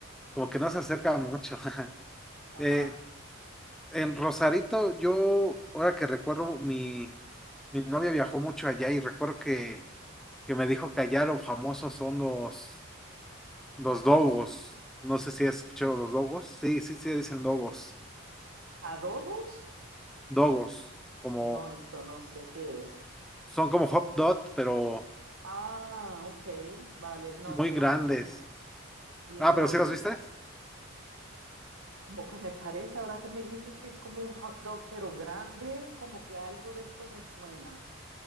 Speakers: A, in the centre; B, on the right (about 70°).
A: como que no se acercan mucho. <laughs>
B: Ah,
A: Eh, en Rosarito, yo, ahora que recuerdo, mi, mi novia viajó mucho allá y recuerdo que, que me dijo que allá lo famosos son los, los dogos. No sé si has escuchado los dogos. Sí, sí, sí, dicen dogos.
B: adobos,
A: Dogos, como,
B: no, esto no sé qué es.
A: son como hot dog, pero
B: Ah, ok, vale, no,
A: muy
B: no
A: grandes.
B: lo comí bien
A: Ah,
B: grandes.
A: pero sí las viste.
B: Como que me parece, ahora que me dices que es como un hot dog, pero grande, como que algo de esto me suena.